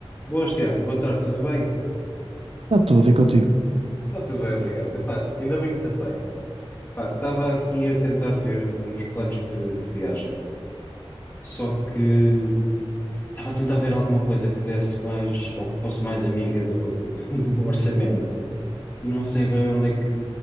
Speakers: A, on the left; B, on the right.
A: Boas, Tiago. Boa tarde, tudo bem?
B: Está tudo e contigo.
A: Está tudo bem, obrigado. Epá, ainda bem que te apanho. Pá, estava aqui a tentar ver uns planos de, de viagem, só que estava a tentar ver alguma coisa que desse mais, ou que fosse mais amiga do, <laughs> do orçamento, e não sei bem onde é que,